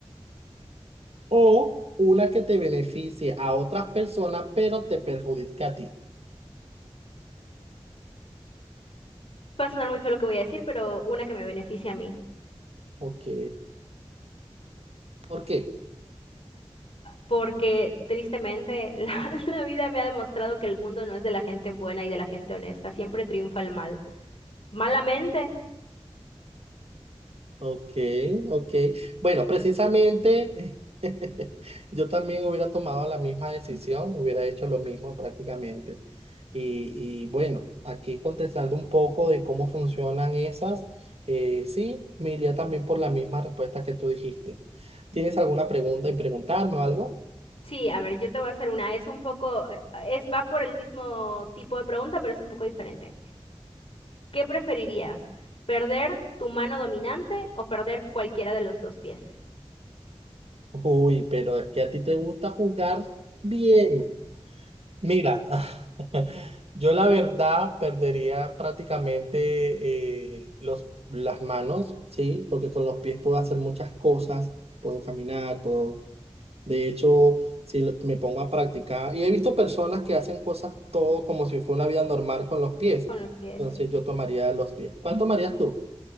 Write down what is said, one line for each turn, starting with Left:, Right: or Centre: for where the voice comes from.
Right: O una que te beneficie a otras personas, pero te perjudique a ti.
Left: Va a sonar muy feo lo que voy a decir, pero una que me beneficie a mí.
Right: Ok. ¿Por qué?
Left: Porque tristemente <laughs> la, la vida me ha demostrado que el mundo no es de la gente buena y de la gente honesta. Siempre triunfa el mal. Malamente.
Right: Ok, ok. Bueno, precisamente <laughs> yo también hubiera tomado la misma decisión, hubiera hecho lo mismo prácticamente. Y, y bueno, aquí contestando un poco de cómo funcionan esas, eh, sí, me iría también por la misma respuesta que tú dijiste. ¿Tienes alguna pregunta en preguntarme o algo?
Left: Sí, a ver, yo te voy a hacer una. Es un poco, eh, es, va por el mismo tipo de pregunta, pero es un poco diferente. ¿Qué preferirías? ¿Perder tu mano dominante o perder cualquiera de los dos pies?
Right: Uy, pero es que a ti te gusta jugar bien. Mira, <laughs> yo la verdad perdería prácticamente eh, los, las manos, ¿sí? Porque con los pies puedo hacer muchas cosas, puedo caminar, puedo... De hecho, si lo- me pongo a practicar, y he visto personas que hacen cosas todo como si fuera una vida normal con los pies,
Left: Con los pies,
Right: entonces
Left: sí.
Right: yo tomaría los pies. ¿Cuál tomarías tú?